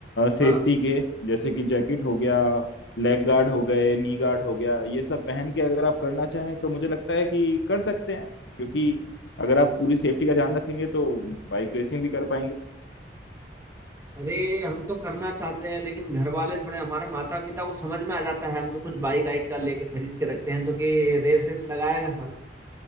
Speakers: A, on the left; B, on the right.
A: सेफ्टी
B: है। हाँ
A: के जैसे कि जैकेट हो गया लेग गार्ड हो गए नी गार्ड हो गया ये सब पहन के अगर आप करना चाहें तो मुझे लगता है कि कर सकते हैं क्योंकि अगर आप पूरी सेफ्टी का ध्यान रखेंगे तो बाइक रेसिंग भी कर पाएंगे
B: अरे हम तो करना चाहते हैं लेकिन घर वाले थोड़े हमारे माता पिता को समझ में आ जाता है हम भी कुछ बाइक आइक का लेके खरीद के रखते हैं तो कि रेस रेस लगाएगा साला